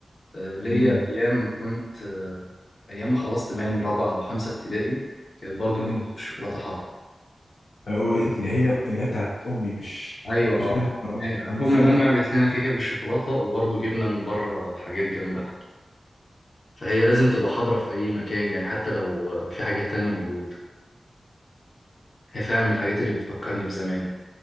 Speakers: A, on the left; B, on the left.
A: آه، ليا
B: مم.
A: ايام كنت آه، ايام ما خلصت من رابعه او خمسه ابتدائي كانت برضه
B: مم.
A: الكيكه بالشوكولاته حاضره
B: أو اللي هي اللي هي بتاعت امي مش
A: ايوه اه
B: مش جايه من بره
A: يعني
B: دي بالنسبه
A: امي امي
B: لي
A: عملت لنا كيكه بالشوكولاته وبرضه جبنا من بره حاجات جنبها فهي لازم تبقى حاضره في اي مكان يعني حتى لو آه، في حاجات تانية موجوده هي فعلا من الحاجات اللي بتفكرني بزمان